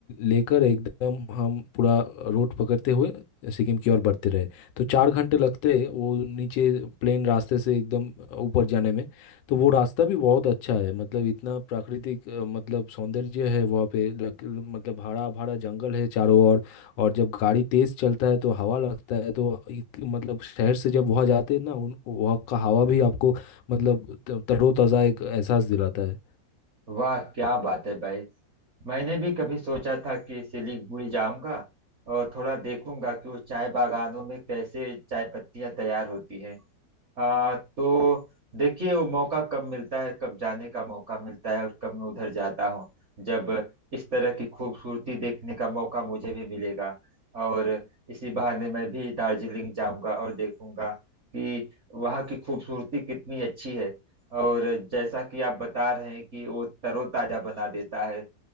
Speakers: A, on the left (about 85°); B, on the right (about 50°).
A: लेकर एकदम हम पूरा रोड पकड़ते हुए सिक्किम की ओर बढ़ते रहे तो चार घंटे लगते हैं वो नीचे प्लेन रास्ते से एकदम ऊपर जाने में तो वो रास्ता भी बहुत अच्छा है मतलब इतना प्राकृतिक अ, मतलब सौंदर्य है वहाँ पे लक- मतलब हरा भरा जंगल है चारों ओर और जब गाड़ी तेज चलता है तो हवा लगता है तो इत- मतलब शहर से जब वहाँ जाते हैं ना उन वहाँ का हवा भी आपको मतलब त- तरोताज़ा एक एहसास दिलाता है
B: वाह क्या बात है भाई मैंने भी कभी सोचा था कि सिलीगुड़ी जाऊंगा और थोड़ा देखूंगा कि वो चाय बागानों में कैसे चाय पत्तियां तैयार होती हैं आ, तो देखिए वो मौका कब मिलता है कब जाने का मौका मिलता है और कब मैं उधर जाता हूँ जब इस तरह की खूबसूरती देखने का मौका मुझे भी मिलेगा और इसी बहाने मैं भी दार्जिलिंग जाऊंगा और देखूंगा कि वहाँ की खूबसूरती कितनी अच्छी है और जैसा कि आप बता रहे हैं कि वो तरोताजा बना देता है